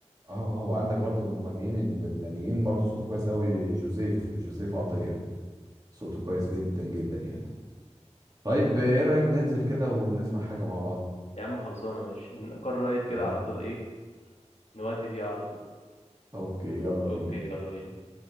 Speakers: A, on the right (about 30°); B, on the left (about 65°).
A: اه اه وعندك برضه من المغنيين اللبنانيين برضه صوته كويس قوي جوزيف جوزيف عطية صوته كويس جدا جدا يعني طيب ايه رأيك ننزل كده ونسمع حاجة مع بعض
B: يا عم خلصانة ماشي نقرر رايت كده
A: يلا
B: على طول ايه نودي فيها على طول
A: اوكي يلا
B: اوكي
A: بينا
B: يلا بينا